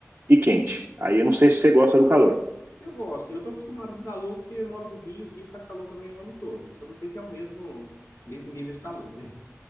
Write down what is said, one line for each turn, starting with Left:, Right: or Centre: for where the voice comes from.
Right: e quente. Aí eu não sei se você gosta do calor.
Left: Eu gosto. Eu tô acostumado com calor porque eu moro no Rio. O Rio faz calor também o ano todo. Só não sei se é o mesmo, mesmo nível de calor, né?